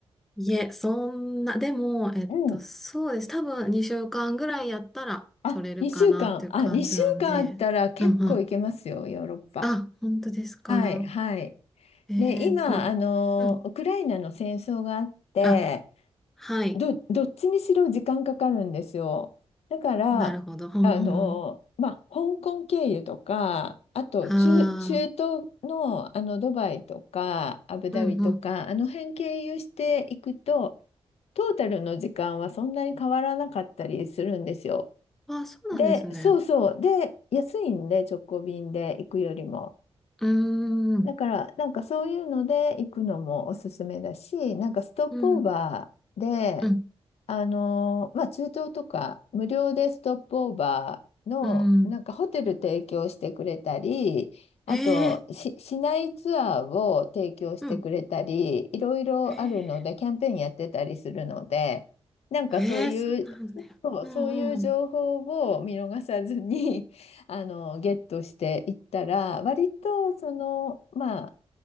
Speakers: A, in the centre; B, on the left (about 75°).
A: いえ、そんな、でも、えっと、
B: うん。
A: そうです。多分2週間ぐらいやったら取れるかなっていう感じなんで。
B: あ、2週間。あ、2週間あったら結構行けますよ、
A: うんうん。
B: ヨーロッパ。
A: あ、本当ですか。
B: はい、はい。
A: えーと、
B: で、今、
A: 今、
B: あの、
A: うん。
B: ウクライナの戦争があって、
A: あ、はい。
B: ど、どっちにしろ時間かかるんですよ。だから、
A: なるほど。うん。
B: あの、まあ、香港経由とか、あと中、
A: は
B: 中東の、
A: あ、
B: あのドバイとかアブダビとか、
A: うんうん。
B: あの辺経由していくと、トータルの時間はそんなに変わらなかったりするんですよ。
A: あ、そうなんですね。
B: で、そうそう。で、安いんで、直行便で行くよりも。
A: うーん、
B: だから、なんかそういうので行くのもおすすめだし、なんかストップオーバーで、
A: うん、うん、
B: あのーまあ、中東とか無料でストップオーバーの、
A: うん。
B: なんかホテル提供してくれたり、あとし、
A: ええ
B: 市内ツアーを提供してくれたり、
A: うん。
B: いろいろあるので、
A: ええ
B: キャンペーンやってたりするので、なんかそういう、
A: ええそうなんだよ。
B: そう、
A: うんうん。
B: そういう情報を見逃さずにあのゲットしていったら割とそのまあ